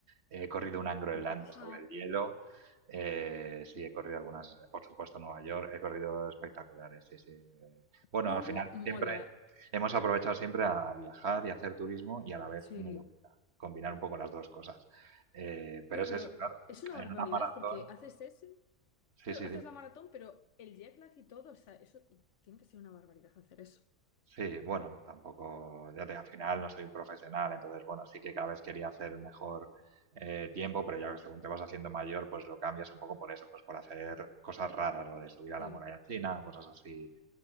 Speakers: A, on the right (about 45°); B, on the left (about 55°).
A: He corrido una en Groenlandia
B: Buah,
A: sobre el hielo. Eh, sí, he corrido algunas, por supuesto, Nueva York. He corrido espectaculares, sí, sí. Eh, Bueno,
B: cómo
A: al final
B: mola.
A: siempre hemos aprovechado siempre a viajar y a hacer turismo y a la vez
B: Sí.
A: mi locura, combinar un poco las dos cosas. Eh, pero
B: Claro,
A: es
B: pero
A: eso, claro.
B: es una
A: En
B: barbaridad
A: una maratón,
B: porque haces ese,
A: sí,
B: claro,
A: sí,
B: haces
A: dime.
B: la maratón, pero el jet lag y todo, o sea, eso tiene que ser una barbaridad hacer eso.
A: Sí, bueno, tampoco, ya te, al final no soy un profesional, entonces, bueno, sí que cada vez quería hacer mejor eh, tiempo, pero ya que según te vas haciendo mayor, pues lo cambias un poco por eso, pues por hacer cosas raras, lo de subir a
B: Sí.
A: la muralla china, cosas así.